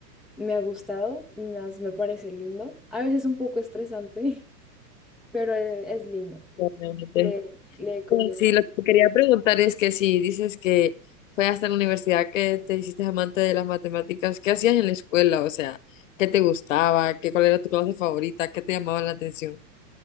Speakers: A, in the centre; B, on the left.
A: me ha gustado, más me parece lindo. A veces un poco estresante, <laughs> pero e- es lindo.
B: realmente.
A: Le, le he cogido
B: Sí, sí, lo que quería preguntar es que si dices que fue hasta la universidad que te hiciste amante de las matemáticas, ¿qué hacías en la escuela? O sea, ¿qué te gustaba? ¿Qué, cuál era tu clase favorita? ¿Qué te llamaba la atención?